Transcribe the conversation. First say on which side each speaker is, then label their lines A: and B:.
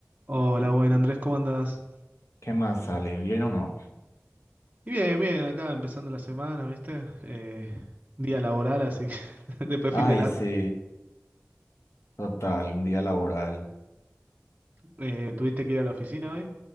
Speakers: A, on the right; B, on the left.
A: Hola, buen Andrés, ¿cómo andás?
B: ¿Qué más sale? ¿Bien o no?
A: Y bien, bien, acá empezando la semana, ¿viste? Eh, día laboral, así que <laughs> después
B: Ay,
A: fin de largo.
B: sí, total, un día laboral.
A: Eh, ¿tuviste que ir a la oficina hoy?